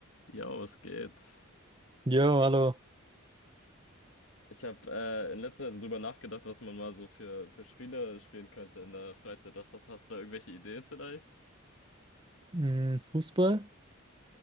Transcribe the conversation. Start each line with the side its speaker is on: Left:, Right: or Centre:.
Left: Jo, es geht.
Right: Jo, hallo.
Left: Ich habe äh, in letzter Zeit drüber nachgedacht, was man mal so für, für Spiele spielen könnte in der Freizeit. Was hast, hast du da irgendwelche Ideen vielleicht?
Right: Hm, Fußball?